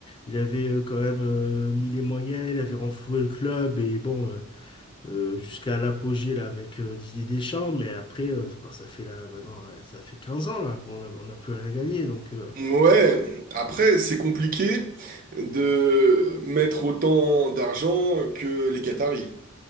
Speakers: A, on the left (about 25°); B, on the right (about 40°).
A: il avait euh, quand même euh, mis les moyens, il avait renfloué le club, et bon, euh, euh, jusqu'à l'apogée là, avec euh, Didier Deschamps, mais après, euh, bah, ça fait là, maintenant, euh, ça fait 15 ans là, on n'a on n'a plus rien gagné, donc euh,
B: Ouais, après, c'est compliqué de mettre autant d'argent que les Qataris.